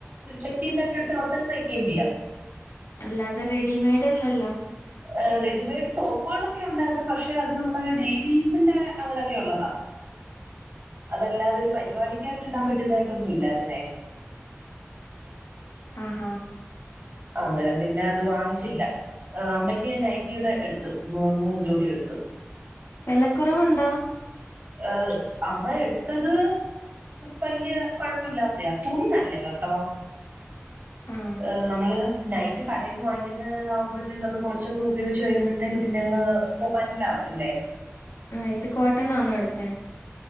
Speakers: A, on the right; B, on the left.
A: മെറ്റീരിയല് ആയിട്ട് എടുത്ത് അവിടെ തന്നെ തയ്ക്കയും ചെയ്യാം
B: അല്ലാതെ റെഡിമെയഡ് അല്ലല്ലോ
A: ഏ റെഡിമെയഡ് ടോപ്പുകളൊക്കെ ഒണ്ടായിരുന്നു പക്ഷെ അത് നമ്മുടെ ഡെയിലി യൂസിന്റെ അങ്ങനെയൊക്കെ ഒള്ളതാ അതല്ലാതെരു പരിപാടിക്കായിട്ട് ഇടാൻ പറ്റുന്നതായിട്ടൊന്നും ഇല്ലായിരുന്നേ
B: ആ ആ
A: ആ അന്നേരം പിന്നെ അത് വാങ്ങിച്ചില്ല അമ്മയ്ക്ക് നൈറ്റിടെ എടുത്തു മൂന്ന് ജോഡി എടുത്തു
B: വിലക്കുറവുണ്ടോ
A: ഏ അമ്മ എടുത്തത് വലിയ കുഴപ്പമില്ലാത്തെയാ തുണി നല്ലയാ കേട്ടോ
B: ആഹ്
A: യെ നമ്മള് നൈറ്റ്‌ കടെന്ന് വാങ്ങിക്ക്ന്നാതാവ്മ്പോഴ്ത്തെക്ക് അത് കൊറച്ചേക്ക് ഉപയോഗിച്ച് കഴിയ്മ്പോഴ്ത്തേക്ക് പിന്നെ അങ്ങ് പോ പറ്റ്ലാവത്തില്ലോ
B: ആ ഇത് കൊ ട്ടെണ്ണാന്നോ എടുത്തേ